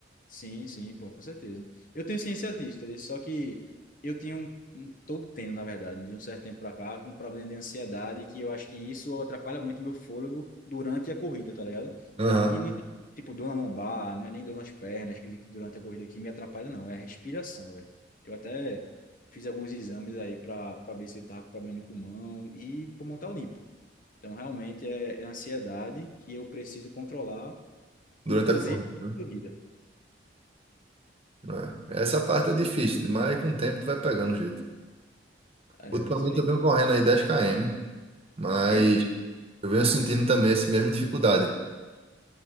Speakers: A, on the left; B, on the right.
A: Sim, sim, pô, com certeza. Eu tenho ciência disso, entendeu? Só que eu tenho um, um- tô tendo, na verdade, de um certo tempo pra cá, um problema de ansiedade que eu acho que isso atrapalha muito meu fôlego durante a corrida, tá ligado?
B: Aham,
A: Que não é, tipo, dor na lombar, não é nem dor nas pernas que durante a corrida que me atrapalha, não. É a respiração, velho. Eu até fiz alguns exames aí pra, pra ver se eu tava com problema no pulmão e pulmão tá limpo. Então, realmente, é, é a ansiedade que eu preciso controlar,
B: Durante
A: inclusive
B: a corrida,
A: na corrida.
B: né? É. Essa parte é difícil, mas com o tempo tu vai pegando o jeito.
A: É,
B: Ultimamente
A: é isso aí.
B: eu venho correndo aí dez km, mas
A: Quem também?
B: eu venho sentindo também essa mesma dificuldade.